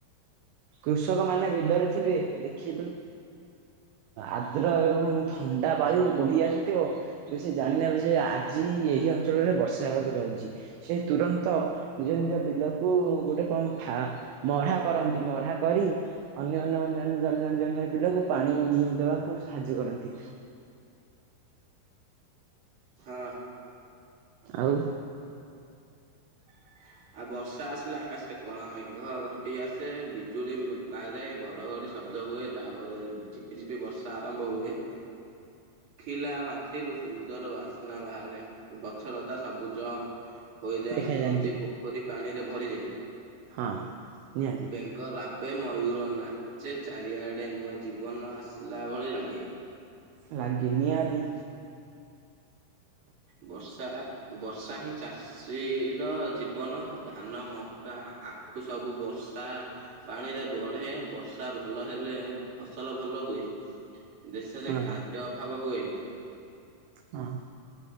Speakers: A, on the right; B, on the right.
A: କୃଷକମାନେ ବିଲରେ ଥିବେ ଦେଖିଲୁ ଆଦ୍ର ଏବଂ ଥଣ୍ଡା ବାୟୁ ବହି ଆସିଥିବ। ତୁ ସେ ଜାଣିନେବେ ଯେ ଆଜି ଏହି ଅଞ୍ଚଳରେ ବର୍ଷା ହେବାକୁ ଯାଉଛି। ସେ ତୁରନ୍ତ ନିଜ ନିଜ ବିଲକୁ ଗୋଟେ କଣ ଫା ମହା କରନ୍ତି। ମହା କରି ଅନ୍ୟ ଅନ୍ୟ ଅନ୍ୟାନ୍ୟ ଜଣେ ଜଣେ ଜଣେ ଜଣ ପିଲାକୁ ପାଣି ଦେବାକୁ ସାହାଯ୍ୟ କରନ୍ତି।
B: ହଁ।
A: ଆଉ
B: <unintelligible> ଆଉ ବର୍ଷା ଆସିଲା ଆକାଶରେ କଳା ମେଘ ଘୋଟି ଆସେ ବିଜୁଳି ମାରେ। ଘଡଘଡି ଶବ୍ଦ ହୁଏ। ତାପରେ ଝିପି ଝିପି ବର୍ଷା ଆରମ୍ଭ ହୁଏ ଖିଲା ମାଟିରୁ ସୁନ୍ଦର ବାସ୍ନା ବାହାରେ ଗଛଲତା ସବୁଜ। ହୋଇଯାଏ
A: ଦେଖାଯାଆନ୍ତି।
B: ନଦୀ ପୋଖରୀ ପାଣିରେ ଭରିଯାଏ।
A: ହଁ ନିହାତି
B: ବେନ୍ ରାବେ, ମୟୂର ନାଚେ, ଚାରିଆଡେ ନୂଆ ଜୀବନ ଆସିଲା ଭଳି ଲାଗେ।
A: ଲାଗେ ନି ଆଜି
B: ବର୍ଷା ବର୍ଷା ହିଁ ଚାଷ ଶ୍ରି ର ଜୀବନ ଧାନ, ମକା, ଆଖୁ, ସବୁ ବର୍ଷା ପାଣିରେ ବଢ଼େ ବର୍ଷା ଭଲ ହେଲେ ଫସଲ ଭଲ ହୁଏ। ଦେସେରେ
A: ହଁ।
B: ଖାଦ୍ୟ ଅଭାବ ହୁଏନି।
A: ହଁ, ହଁ।